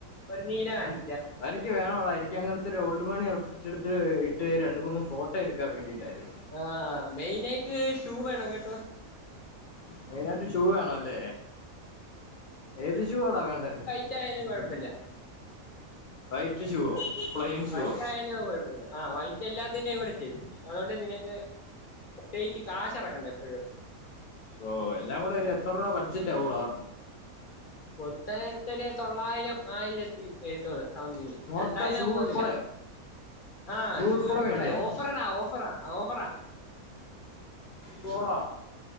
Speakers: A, on the left; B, on the left.
A: ഒരു നീല കാണി
B: അത് എനിക്ക് വേണവടാ എനിക്കങ്ങനെ ത്തെ റോഡു പണി ഔട്ട്ഫിറ്റ് എടുത്ത് ഇട്ട് രണ്ട്മൂണ്ട് മ ഫോട്ടോ എടുക്കാൻ വേണ്ടിയിട്ടായിരുന്നു
A: ആഹ് മെയിനായിട്ട് ഷൂ വേണം കേട്ടോ
B: മെയിനായിട്ട് ഷൂ വേണല്ലേ ഏത് ഷൂ ആട വേണ്ടേ
A: യാലും കുഴപ്പമില്ല
B: വൈറ്റ് ഷൂവോ പ്ലെയിൻ ഷൂവോ
A: വൈറ്റ് ആയാലും കുഴപ്പമില്ല ആഹ് വൈറ്റ് എല്ലാത്തിന്റെ കൂടെ ചേരും അതുകൊണ്ട് നിനക്ക് പ്രത്യേകിച്ച് കാശിറക്കണ്ട എപ്പോഴും
B: ഓഹ് എല്ലാം കൂടെ ഒരു എത്ര രൂപ ബഡ്ജറ്റ് ആവൂവെടാ
A: <unintelligible> തൊള്ളായിരം ആയിരത്തി വരുത്തോള് സംതിങ്
B: മൊത്തം
A: രണ്ടായിരം
B: ഷൂ
A: പോത്തില്ല
B: ഉൾപ്പെടെയോ
A: ആഹ് ഷൂ
B: ഉൾപ്പെടെ
A: ഉൽപടെ
B: മേടിക്കാനാ
A: ഓഫ് ഓഫറടാ ഓഫറാ ഓഫറാ
B: പോടാ